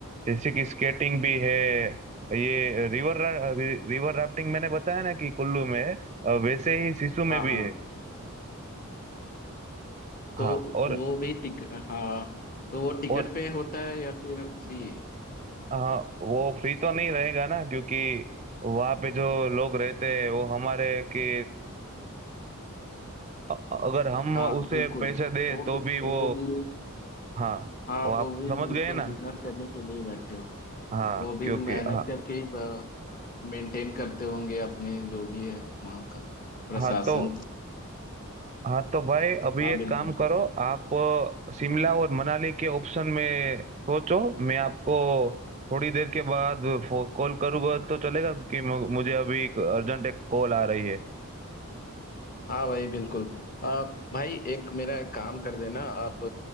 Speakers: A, on the right; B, on the left.
A: जैसे कि स्केटिंग भी है ये रिवर रिवर राफ्टिंग मैंने बताया ना कि कुल्लू में है अ, वैसे ही सिसु में
B: हाँ
A: भी
B: हाँ
A: है हाँ
B: तो
A: और
B: वो भी टिक हाँ तो वो टिकट
A: और
B: पे होता है या फिर फ्री
A: हाँ वो फ्री तो नहीं रहेगा ना क्योंकि वहाँ पे जो लोग रहते हैं वो हमारे के अ- अगर हम
B: हाँ
A: उसे
B: बिल्कुल
A: पैसे दे
B: वो
A: तो
B: भी-
A: भी
B: वो
A: वो
B: भी
A: हाँ
B: हाँ
A: वो आप
B: वो भी
A: समझ
B: बिल्कुल
A: गए ना
B: बिजनेस करने के लिए ही बैठे हो
A: हाँ
B: वो भी
A: क्योंकि
B: मेहनत
A: हाँ
B: करके ही मेंटेन करते होंगे अपने जो भी है वहाँ का प्रशासन
A: हाँ तो हाँ तो भाई अभी
B: हाँ
A: एक
B: बिल्कुल
A: काम
B: सही
A: करो
B: है
A: आप अ, शिमला और मनाली के ऑप्शन में सोचो मैं आपको थोड़ी देर के बाद फो- कॉल करूँगा तो चलेगा कि मु- मुझे अभी एक अर्जेंट एक कॉल आ रही है
B: हाँ भाई बिल्कुल आ, भाई एक मेरा एक काम कर देना आप